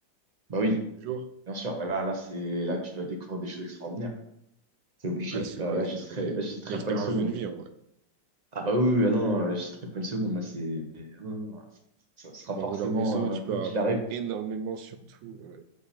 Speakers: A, on the right; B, on the right.
A: bah oui,
B: Toujours?
A: bien sûr. Bah là, là, c'est là, tu vas découvrir des choses extraordinaires. C'est obligé.
B: Ouais, c'est
A: Là,
B: vrai,
A: là, je
B: ce
A: j'hésiterai,
B: serait
A: là, je j'hésiterai
B: l'expérience
A: pas une seconde.
B: d'une vie, en vrai.
A: Ah bah oui, oui, oui. ah non, non, là, j'hésiterai pas une seconde. Là, c'est. ah Non, non, non, Ça sera
B: À bord
A: forcément,
B: de leur vaisseau, tu
A: euh, quoi
B: peux
A: qu'il
B: apprendre
A: arrive,
B: énormément sur tout. ouais.